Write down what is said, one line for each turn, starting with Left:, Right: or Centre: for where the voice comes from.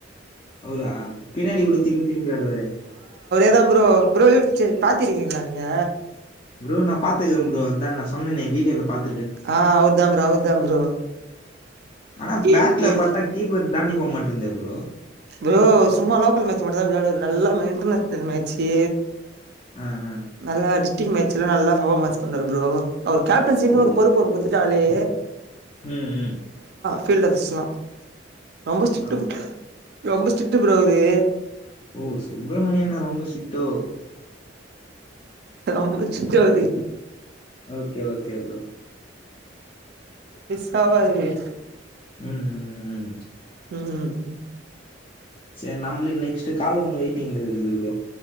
Left: அவர பின்னாடி கூட திரும்பி திரும்பி ஆடுவாரே
Right: அவருதா ப்ரோ ப்ரோ பாத்திருக்கீங்களா நீங்க
Left: ப்ரோ நா பாத்துக்கே பரோ அதா நா சொன்னே வீடியோலா பாத்
Right: ஆ அவருதா ப்ரோ அவரு தா ப்ரோ
Left: ஆனா
Right: கெயில்
Left: பட்லா
Right: கெயில்
Left: பட்டா கீப்பர் தாண்டி போக மாட்டிந்தே ப்ரோ
Right: ப்ரோ சும்மா லோக்கல் மேட்ச் மட்டும்தா விளையாடுவாரு நல்லா இன்டர்நேஷ்னல் மேட்சு
Left: ஆ ஆ
Right: நல்லா அடிச்சு டீம் மேட்சலா எல்லா நல்லா பெர்ஃபார்மன்ச் பண்ணுவாரு ப்ரோ அவர் கேப்டன்சின்னு
Left: புரியுது
Right: ஒரு பொறுப்பு ஒன்னு கூடுத்துட் ஜாலி
Left: ம் ம்
Right: பில்டர்ஸ் எல்லாம் ரொம்ப ஸ்டிரிக்ட்
Left: அப்
Right: பு ரொம்ப ஸ்ட்ரிட்டு ப்ரோ அவ்ரு
Left: ஓ சுப்ரமணியண்ண ரொம்ப ஸ்ட்ரிட்டோ
Right: ரொம்ப ஸ்ட்ரீட்டவ்ரு
Left: ஓகே ஓகே ப்ரோ
Right: டவரு
Left: ம் ம் ம்
Right: ம் ம்
Left: சேரி நம்ளுக்கு நெக்ஸ்ட்டு கால் ஒண்ணு வெயிட்டிங்ல இருக்குது ப்ரோ